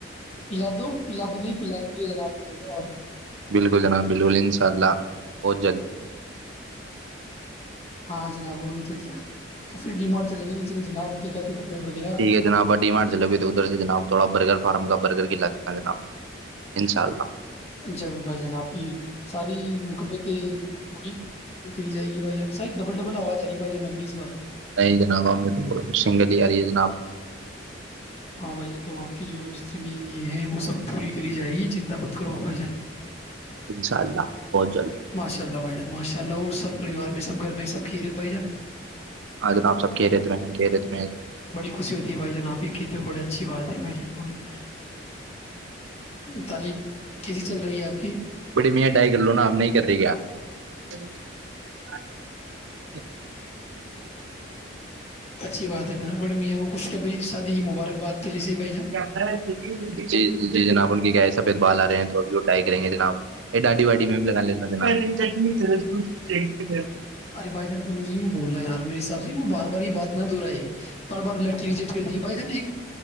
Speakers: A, on the left; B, on the right.
A: پلا تو پلا تو نہیں پلائیں گے جناب <unintelligible>
B: جنا بالول انشاء اللہ بہت جلدی
A: ہاں جناب وہ نہیں تو کیا تو پھر ڈی مارٹ چلیں گے نہیں چلے جناب دیکھا تھے کپڑے وغیرہ
B: ٹھیک ہے جناب آ ڈی مان چلو گے تو ادھر سے جناب تھوڑا برگر فارم کا برگر ک لنا جناب انشاء اللہ
A: ضرور بھائی جان آپ کی ساری مقبتیں پوری پوری کری جائے گی بائی جان سائی ڈبل ڈبل آواز ج رہی بائی جان اپنی اس بار
B: نہیں جناب ہمیں تو سنگل ہی آ رہی ہے جناب
A: ہاں بھائی جان تو آپ کے جو جتنے بھی یہ ہیں وہ سب پوری کری جائے گی چنتا مت کرو آپ بھ جان
B: انشاء اللہ بہت جلد
A: ماشاء اللہ بھائی جان ماشاء اللہ اور سب پریوار میں سب گھر میں سب خیریت بھائی جان
B: ہاں جناب سب کہ رہے تھے چ کیے <unintelligible>
A: بڑی خوش ہوتی ہے بھائی جان آپ ہی کیتے ہو بڑے اچھی بات ہے بھائی جان فنے <unintelligible> <inaudible> تعلیم کیسی چل رہی ہے آپ کی
B: بڑی م ڈائی کر لو نا اب نہیں کر رہی کیا <unintelligible> <inaudible> <unintelligible> ا <unintelligible> <inaudible>
A: اچھی بات ہے با بڑی میاں کو کچھ ک بھ س مبارکباد پہلے سے ہی بھائی جان
B: جی جی جی جنا ہے سفید بال آ رہے ہیں توبھی وہ ڈائ رہیں گے جناب یہ ڈاڈی واڈی میں بھی لگان م جی ف <unintelligible>
A: ارے بھائی جان پر مجھے وں بول رہ ہے یار میرے حساب سے وہ بار بار یہ بات نہ دورا ہے بار بار لڑکی رجیٹ کر دی گی بھائی جان ایک